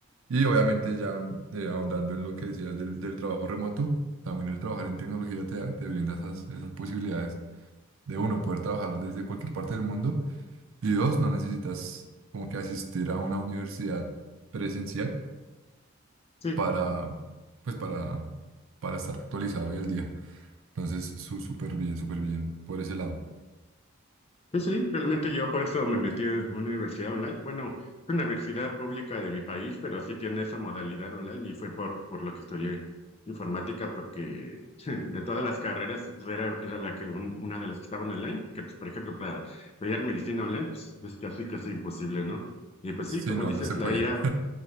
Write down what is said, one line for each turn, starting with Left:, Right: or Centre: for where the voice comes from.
Right: Y obviamente ya eh, ahondando en lo que decías del, del trabajo remoto, también el trabajar en tecnología te, te brinda esas, esas posibilidades de uno, poder trabajar desde cualquier parte del mundo. Y dos, no necesitas como que asistir a una universidad presencial
Left: sí,
Right: para, pues para, para estar actualizado hoy al día. Entonces, su- súper bien, súper bien por ese lado.
Left: Sí, sí, realmente yo por eso me metí en una universidad online. Bueno, es una universidad pública de mi país, pero sí tiene esa modalidad online y fue por, por lo que estudié informática, porque <laughs> de todas las carreras pues, era, era la que un- una de las que estaban online, que pues, por ejemplo para estudiar medicina online pues, es casi casi imposible, ¿no? Y pues
Right: Sí,
Left: sí, como
Right: no,
Left: dices,
Right: no se puede.
Left: la I A.